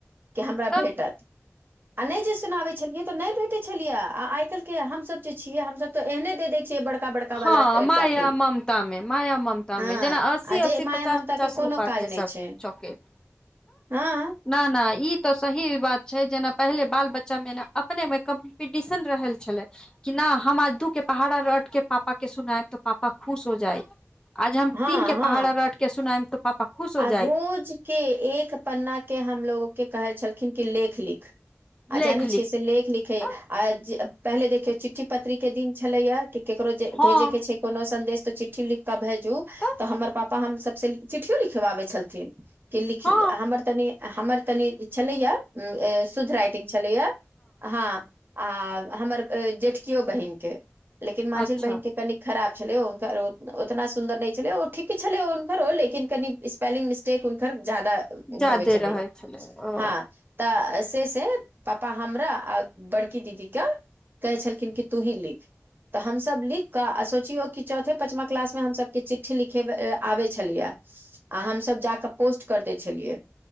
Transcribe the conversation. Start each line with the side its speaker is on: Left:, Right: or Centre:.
Right: कि हमरा
Left: तब
Right: भेटत आ नहि जे सुनाबै छलियै त नहि भेटै छलैये, आ आइ काल्हि के हमसब जे छियै हम सब त एहने देखै छियै बड़का बड़का
Left: हँ
Right: वाला
Left: माया
Right: टॉफी
Left: ममता मे, माया ममता
Right: हँ
Left: मे, जेना अस्सी
Right: आ
Left: अस्सी,
Right: जे माया
Left: पचास
Right: ममता
Left: पचास रूपया
Right: कोनो
Left: के
Right: काज
Left: सब
Right: नहि छै
Left: चाकलेट।
Right: हँ
Left: ना ना ई त सही बात छै जेना पहिले बाल बच्चामे ने अपनेमे कम्पीटिशन रहय छलै कि ना हम आज दू के पहाड़ा रटके पापा के सुनामी त ापा खुश हो जाए आज हम
Right: हँ
Left: तीन के
Right: हँ
Left: पहाड़ा रट के सुनायब त पापा खुश हो
Right: आ रोज
Left: जायत
Right: के एक पन्ना के हमलोग के कहै छलखिन कि लेख लिख। आ जाने
Left: लेख लिख
Right: छियै से लेख लिखे
Left: तऽ
Right: आ पहिले देखियो चिठ्ठी पत्री के दिन छलैये कि केकरो जे
Left: हँ
Right: भेजे के छै कोनो संदेश त चिठ्ठी लिख क भेजु
Left: तऽ
Right: त हमर पापा हम सब से चिठियो लिख लिखबाबै छलथिन कि लिख,
Left: हँ
Right: हमर तनि हमर तनी छलैये शुद्ध राइटिंग छलैये हँ आ हमर जेठकियो बहिन के लेकिन माझिल
Left: अच्छा
Right: बहिन के तनि खराब छलै हुनकर ओतना सुन्दर नहि छलै ओ ठीके छलै हुनकरो लेकिन कनि स्पेलिंग मिस्टेक हुनकर जादा
Left: जादे
Right: होबै छलैये,
Left: रहै छलै ओ
Right: हँ। त से से पापा हमरा आ बड़की दीदीके कहै छलखिन कि तु ही लिख। त हमसभ लिख क आ सोचियौ कि चौथे पचमा क्लासमे हमसभके चिठ्ठी लिखब आबै छलैये। आ हमसब जाके पोस्ट क दै छलियैये।